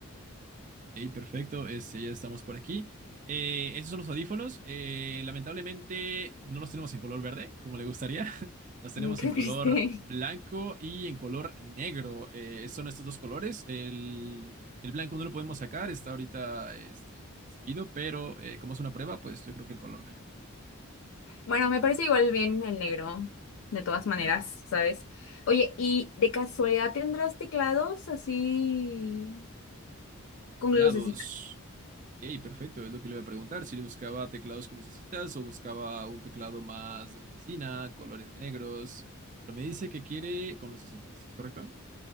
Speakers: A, on the right; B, on the left.
A: Ok, perfecto. Este, ya estamos por aquí. Eh, esos son los audífonos. Eh, lamentablemente no los tenemos en color verde, como le gustaría. <laughs> Los tenemos
B: Mm, Qué
A: en color
B: triste.
A: blanco
B: <laughs>
A: y en color negro. Eh, son estos dos colores. El, el blanco no lo podemos sacar, está ahorita este, exhibido, pero eh, como es una prueba, pues yo creo que el color negro. Este,
B: Bueno, me parece igual bien el negro, de todas maneras,
A: ok.
B: ¿sabes? Oye, ¿y de casualidad tendrás teclados así
A: Teclados.
B: con lucecitas?
A: Ok, perfecto. Es lo que le iba a preguntar. Si le buscaba teclados con necesitas o buscaba un teclado más de oficina, colores negros. Pero me dice que quiere con lucecitas, ¿es correcto?